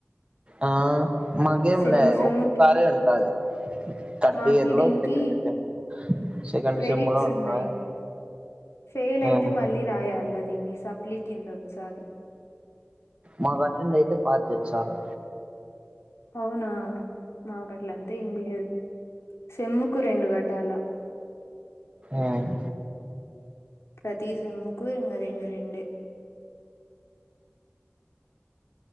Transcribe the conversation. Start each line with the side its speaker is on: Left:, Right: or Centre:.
Right: ఆ మాగేం
Left: సెమ్ము
Right: లేదు
Left: సెమ్ము
Right: ఒక్కసారే ఉంటాది థర్డ్
Left: మాకి
Right: ఇయర్ లో
Left: దీనికి
Right: సెకండ్ సెమ్ సెకండ్
Left: క్రెడిట్స్
Right: లో ఉంటది
Left: ఉన్నాయి, ఫేలయితే
Right: ఉమ్,
Left: మళ్ళీ రాయాల్లద్ దీన్ని సప్లీ కిందోత్సాది
Right: మాకటెండ్ అయితే పాస్ జేపిస్తారు
Left: అవునా మాకట్లన్త ఏమి లేదు సెమ్ముకు రెండు గట్టాల
Right: ఉమ్
Left: ప్రతీ సేమ్ముకూ ఇంగ రెండు రెండే